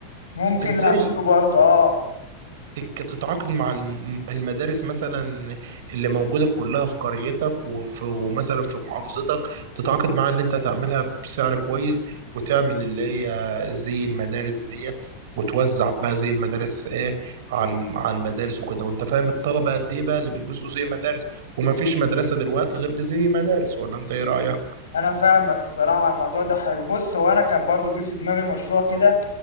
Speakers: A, on the left; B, on the right.
A: ممكن
B: ازاي
A: نعمله برضه اه
B: تك- تتعاقد مع الم- المدارس مثلا اللي موجودة كلها في قريتك وفي ومثلا في محافظتك تتعاقد معاها ان انت تعملها بسعر كويس وتعمل اللي هي زي المدارس ديت وتوزع بقى زي المدارس ايه على الم- على المدارس وكده وانت فاهم الطلبة قد ايه بقى اللي بيلبسوا زي مدارس وما فيش مدرسة دلوقتي غير بزي مدارس ولا انت ايه رأيك؟
A: انا فاهمك الصراحه الموضوع ده حلو بص هو انا كان برضو جه في دماغي مشروع كده